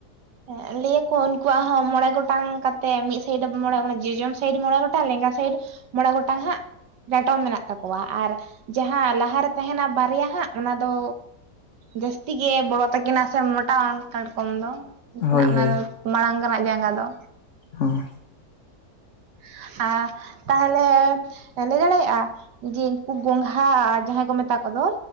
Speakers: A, on the right (about 90°); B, on the left (about 55°).
A: ᱦᱮᱸ ᱞᱟᱹᱭ ᱟᱠᱚ ᱩᱱᱠᱩᱣᱟᱜ ᱦᱚᱸ ᱢᱚᱬᱮ ᱜᱚᱴᱟᱝ ᱠᱟᱛᱮᱜ ᱢᱤᱫ ᱥᱟᱭᱤᱰ ᱢᱚᱬᱮ ᱡᱚᱡᱚᱢ ᱥᱟᱭᱤᱰ ᱢᱚᱬᱮ ᱜᱚᱴᱟᱝ ᱞᱮᱸᱜᱟ ᱥᱟᱭᱤᱰᱼᱼ ᱢᱚᱬᱮ ᱜᱚᱴᱟᱝ ᱦᱟᱸᱜᱼᱼ ᱰᱟᱴᱚᱢ ᱢᱮᱱᱟᱜ ᱛᱟᱠᱚᱣᱟ ᱟᱨ ᱡᱟᱦᱟᱸ ᱞᱟᱦᱟᱨᱮ ᱛᱟᱦᱮᱱᱟ ᱵᱟᱨᱭᱟ ᱦᱟᱸᱜ ᱚᱱᱟ ᱫᱚ ᱡᱟᱹᱥᱛᱤ ᱜᱮ ᱵᱚᱲᱚ ᱛᱟᱹᱠᱤᱱᱟ ᱥᱮ ᱢᱚᱴᱟᱣᱟᱱ ᱠᱟᱴᱠᱚᱢ ᱫᱚ, ᱩᱱᱠᱤᱱᱟᱜ
B: ᱦᱳᱭ
A: ᱚᱱᱟ
B: ᱦᱳᱭ
A: ᱨᱮ ᱢᱟᱲᱟᱝ ᱨᱮᱱᱟᱜ ᱡᱟᱸᱜᱟ ᱫᱚ,
B: ᱦᱩᱸ
A: <unintelligible> ᱛᱟᱦᱚᱞᱮ ᱞᱟᱹᱭ ᱫᱟᱲᱮᱭᱟᱜᱼᱟ ᱡᱮ ᱩᱱᱠᱩ ᱜᱚᱝᱜᱷᱟ ᱡᱟᱦᱟᱸᱭ ᱠᱚ ᱢᱮᱛᱟ ᱠᱚᱫᱚ,